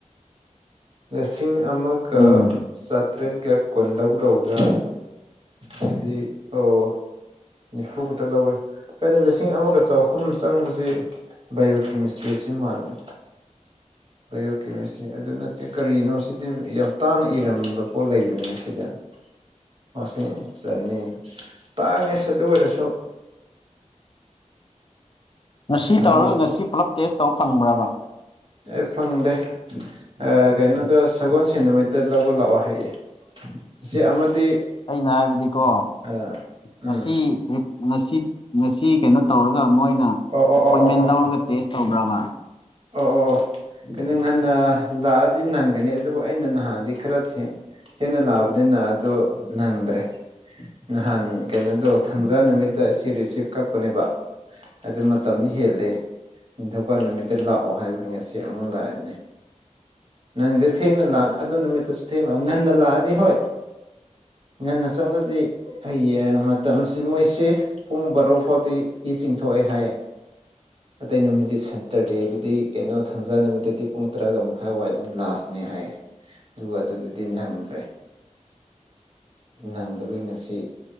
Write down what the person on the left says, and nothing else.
<inaudible>
ꯎꯝ
<inaudible>
ꯉꯁꯤ
ꯇꯧꯔꯒ ꯉꯁꯤ ꯄꯨꯂꯞ ꯇꯦꯁ ꯇꯧꯕ ꯐꯪꯕ꯭ꯔꯕ
ꯑꯩꯅ ꯍꯥꯏꯕꯗꯤꯀꯣ
ꯉꯁꯤ ꯉꯁꯤ ꯉꯁꯤ ꯀꯩꯅꯣ ꯇꯧꯔꯒ ꯃꯣꯏꯅ
ꯑꯦꯄꯣꯏꯟꯃꯦꯟ
ꯂꯧꯔꯒ ꯇꯦꯁ ꯇꯧꯕ꯭ꯔꯥꯕ
<inaudible>